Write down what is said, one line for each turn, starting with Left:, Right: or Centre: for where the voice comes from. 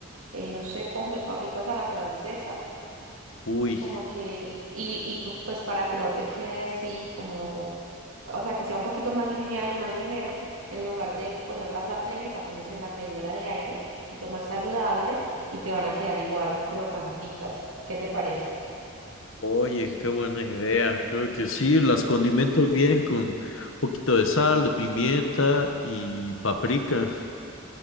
Right: eh, no sé, ponme papitas a la francesa,
Left: Uy,
Right: como que, y, y cu- pues para que no te quede así como, o sea, que sea un poquito más liviano, más ligero, en lugar de ponerlas a freír, la pones en la freidora de aire, un poquito más saludable, y te van a quedar igual crocanticas. ¿Qué te parece?
Left: oye, qué buena idea. Creo que sí, las condimento bien con un poquito de sal, de pimienta y paprika.